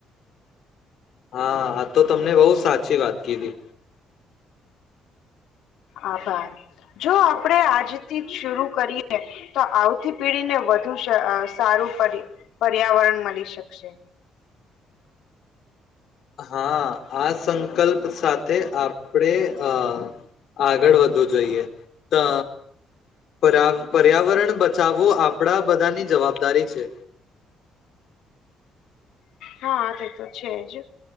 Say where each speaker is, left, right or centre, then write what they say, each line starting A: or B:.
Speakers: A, on the left; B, on the left.
A: હા આ તો તમને બહુ સાચી અછી વાત ક હતી
B: આભાર જો આપણેે આજથી જ શર કરીએ તો આવતી પેઢી ને વધુ સારું પર પર્યાવરણ મળી શકશે
A: હા આજ સંકલ્પ સાથે આપ આપપણેે આ આગળ વધવું જોઈએ તો પર્યા પર્યાવરણ બચાવવું આપણા બધાની જવાબદારી છે
B: હા તે તો છે જ